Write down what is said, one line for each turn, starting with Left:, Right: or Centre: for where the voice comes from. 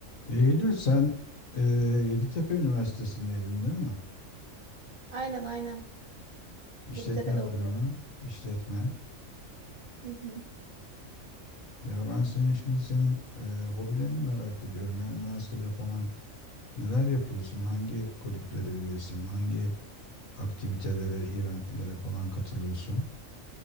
Left: Eylül sen e, Yeditepe Üniversitesi'ndeydin değil mi?
Right: Aynen aynen.
Left: İşletme
Right: Yeditepe'de
Left: bölümü,
Right: okuyorum.
Left: işletme.
Right: Hı hı.
Left: Ya ben senin şimdi senin e, hobilerini merak ediyorum ya. Üniversitede falan neler yapıyorsun? Hangi kulüplere üyesin? Hangi aktivitelere, eventlere falan katılıyorsun?